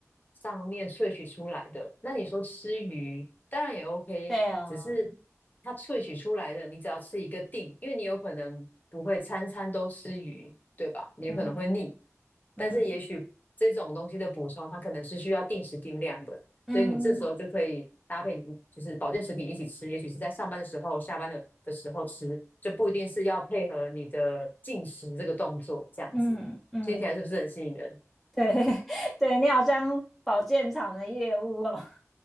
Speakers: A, on the left; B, in the centre.
A: 上面萃取出来的。那你说吃鱼，当然也 OK，
B: 对啊，
A: 只是它萃取出来的，你只要吃一个定，因为你有可能不会餐餐都吃鱼，对吧？你有可能会腻。
B: 嗯嗯
A: 但是也许这种东西的补充，它可能是需要定时定量的，
B: 嗯
A: 所以你这时候就可以搭配你就是保健食品一起吃，也许是在上班的时候、下班的的时候吃，就不一定是要配合你的进食这个动作这样子。
B: 嗯嗯，
A: 听起来是不是很吸引人？
B: 对 <laughs> 对你好像保健厂的业务哦。